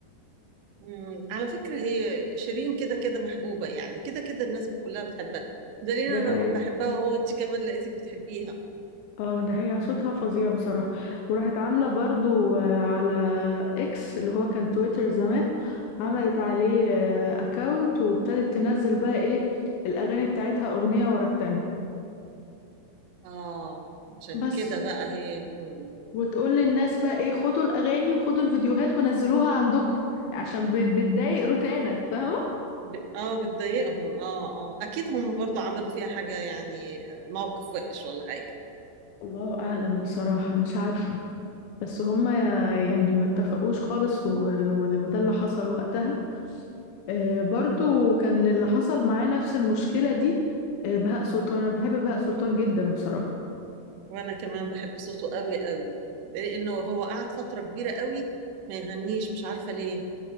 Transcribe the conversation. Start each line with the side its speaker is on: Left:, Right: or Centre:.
Right: مم. على فكرة هي شيرين كده كده محبوبة يعني كده كده الناس كلها بتحبها دليل
Left: ده
Right: انا
Left: هي
Right: بحبها وانت كمان لقيتك بتحبيها
Left: اه ده هي صوتها فظيع بصراحة وراحت عاملة برضو آه، على اكس اللي هو كان تويتر زمان عملت عليه
Right: مم.
Left: اكاونت وابتدت تنزل بقى ايه الأغاني بتاعتها أغنية ورا التانية
Right: اه عشان
Left: بس
Right: كده بقى هي مم.
Left: وتقول للناس بقى ايه خدوا الأغاني وخدوا الفيديوهات ونزلوها عندكم عشان بت- بتضايق روتانا فاهمة
Right: ب... اه بتضايقهم اه اه اكيد هم برضو عملوا فيها حاجة يعني موقف وحش ولا حاجة
Left: الله أعلم بصراحة مش عارفة
Right: مم.
Left: بس هما يعني ما اتفقوش خالص و- و- وده اللي حصل وقتها آه، برضو كان اللي حصل معاه نفس المشكلة دي آه، بهاء سلطان أنا بحب بهاء سلطان جدا بصراحة
Right: وانا كمان بحب صوته قوي قوي لانه هو قعد فترة كبيرة قوي ما يغنيش مش عارفة ليه